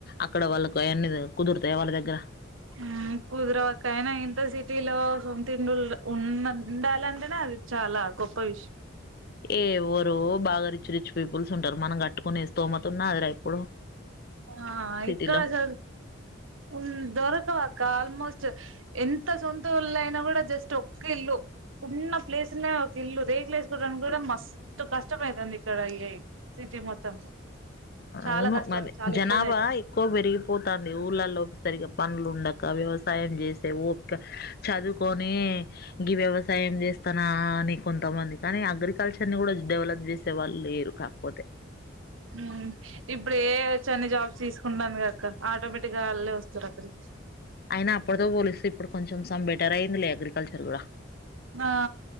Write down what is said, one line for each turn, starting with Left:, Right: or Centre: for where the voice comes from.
Left: అక్కడ వాళ్ళకి అవన్ని కుదురుతాయ వాళ్ళ దగ్గర
Right: మ్మ్ కుదరవక్క అయినా ఇంత సిటీలో సొంతిడ్లు ఉన్ ఉండాలంటేనే అది చాలా గొప్ప విషయం
Left: ఏ ఎవరు బాగా రిచ్ రిచ్ పీపుల్స్ ఉంటారు మనం కట్టుకొనిస్తోమతున్నాది రా ఇప్పుడు
Right: ఆ
Left: సిటీలో
Right: ఇక్కడ చ ఉన్ దొరకవక్క ఆల్మోస్ట్ ఎంత సొంత ఊళ్ళో అయినా కూడా జస్ట్ ఒక్క ఇల్లు ఉన్న ప్లేస్నే ఒక ఇల్లు రేక్లేసుకోవడానికి కూడా మస్తు కష్టమవుతుంది ఇక్కడ అయ సిటీ మొత్తం చాలా
Left: అవును
Right: కష్టం
Left: మరి
Right: చాలా
Left: జనాభా
Right: ఇబ్బంది అయితుంది
Left: ఎక్కువ పెరిగిపోతంది ఊళ్ళలో సరిగా పనులు ఉండక వ్యవసాయం చేసే చదువుకొని గి వ్యవసాయం చేస్తానా అని కొంతమంది కానీ అగ్రికల్చర్ ని కూడా డెవలప్ చేసే వాళ్ళు లేరు కాకపోతే
Right: మ్మ్ ఇప్పుడు ఏ ఐ వచ్చి అన్ని జాబ్స్ తీసుకుంటాను గ ఆటోమేటిక్గా వాళ్ళే వస్తారు అక్కడికి
Left: అయిన అప్పటితో పోలిస్తే ఇప్పుడు కొంచెం సం బెటర్ అయింది అగ్రి కల్చర్ కూడా
Right: ఆ